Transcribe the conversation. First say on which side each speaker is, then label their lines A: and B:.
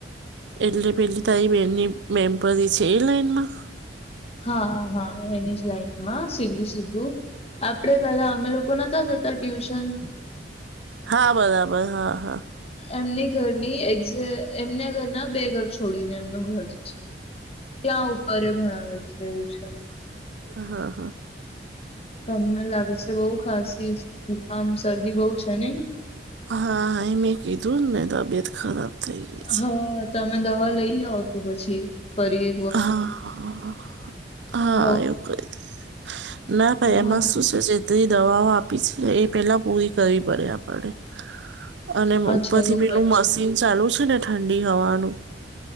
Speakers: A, on the right; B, on the left.
A: એટલે પેલી તારી બેનની મેમ્પરી છે એ લાઈઇનમાં.
B: હા હા એની જ લાઈનમાં સીધું સીધું. આપડે પેલા અમે લોકો નતા જતા ટ્યુશન.
A: હા બરાબર હા હા.
B: એમની ઘરની એે એમના ઘર ના બે ઘર છોડીને એમનું ઘર છે. ત્યાં ઉપરે ભણાવે છે એવું છે.
A: હા હા.
B: તમને લાગે છે બઉુ ખાંસી જુકામ શરદી બઉુ છે ને.
A: હા હા એ મે કીધું ને તબિયત ખરાબ થઇ ગઈ છે.
B: હા તમે દવા લઈ આવઓ તો પછી ફરીએ.
A: હા હા
B: હ
A: એવું કઈ દ ના ભાઈ
B: હા
A: એમાંશું છે. જેટલી દવાઓ આપી છેને એ પેલા પૂરી કરવી પડે આપને. અને
B: અચ્છા
A: ઉપર થી
B: એવું
A: પેલું
B: હોય
A: મશીન
B: છે
A: ચાલુ છે ને ઠંડી હવાનું.